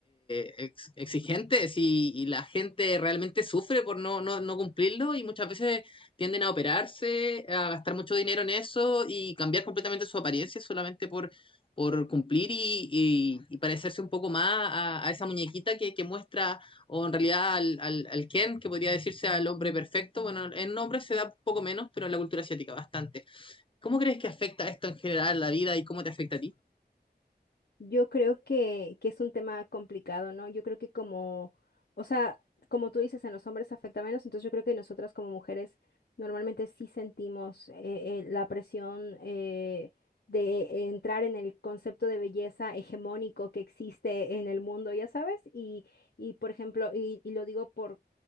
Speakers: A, on the left (about 30°); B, on the left (about 70°).
A: eh, ex- exigentes y, y la gente realmente sufre por no, no, no cumplirlo y muchas veces tienden a operarse, a gastar mucho dinero en eso y cambiar completamente su apariencia solamente por, por cumplir y, y- y parecerse un poco más a, a esa muñequita que, que muestra o en realidad al, al, al Ken, que podría decirse al hombre perfecto. Bueno, en hombres se da poco menos, pero en la cultura asiática bastante. ¿Cómo crees que afecta esto en general la vida y cómo te afecta a ti?
B: Yo creo que, que es un tema complicado, ¿no? Yo creo que como, o sea, como tú dices, en los hombres afecta menos, entonces yo creo que nosotras como mujeres normalmente sí sentimos eh, eh, la presión eh, de entrar en el concepto de belleza hegemónico que existe en el mundo, ya sabes, y, y por ejemplo, y, y lo digo por